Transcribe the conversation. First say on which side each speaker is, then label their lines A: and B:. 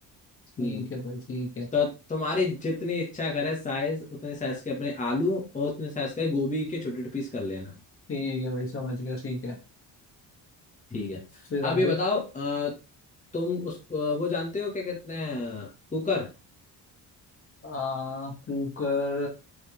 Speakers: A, on the left; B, on the left.
A: हम्म
B: ठीक है भाई ठीक है
A: तो तुम्हारी जितनी इच्छा करे साइज उतने साइज के अपने आलू और उतने साइज के गोभी के छोटे छोटे पीस कर लेना
B: ठीक है भाई समझ गया ठीक है
A: ठीक है
B: फिर आगे
A: अब ये बताओ अ, तुम उस अ, वो जानते हो क्या कहते हैं कुकर
B: आ, कुकर